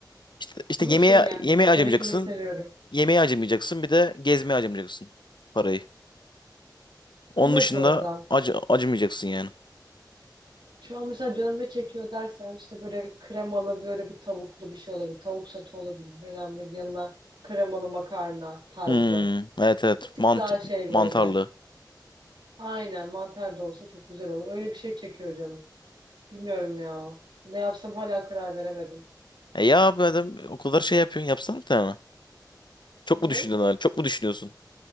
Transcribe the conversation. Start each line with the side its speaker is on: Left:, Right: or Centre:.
Left: İşte, işte
Right: Ama
Left: yemeğe
Right: şey yani
Left: yemeğe acımayacaksın.
Right: yemek yemeyi seviyorum.
Left: Yemeğe acımayacaksın. Bir de gezmeye acımayacaksın parayı. Onun
Right: Evet
Left: dışında
Right: bu arada.
Left: acı acımayacaksın yani.
Right: Şu an mesela canım ne çekiyor dersen işte böyle kremalı böyle bir tavuklu bir şey olabilir. Tavuk sote olabilir. Veya bir yanına kremalı makarna tarzı.
Left: Hmm, evet evet
Right: Bir tık
Left: mant
Right: daha şey
Left: mantarlı.
Right: böyle. Aynen mantar da olsa çok güzel olur. Öyle bir şey çekiyor canım. Bilmiyorum ya. Ne yapsam hala karar veremedim.
Left: E ya abi adam o kadar şey yapıyorsun yapsana bir tane. Çok
Right: Ne?
Left: mu düşündün öyle? Çok mu düşünüyorsun?